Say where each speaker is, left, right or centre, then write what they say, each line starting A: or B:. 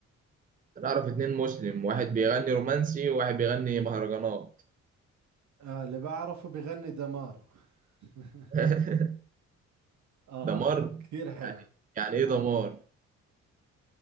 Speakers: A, on the right (about 25°); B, on the right (about 65°).
A: انا اعرف اتنين مسلم واحد بيغني رومانسي وواحد بيغني مهرجانات
B: آه اللي بعرفه بغني دمار <laughs>
A: <laughs>
B: اه
A: دمار
B: كثير حلو
A: يعني يعني ايه
B: اه
A: دمار
B: اه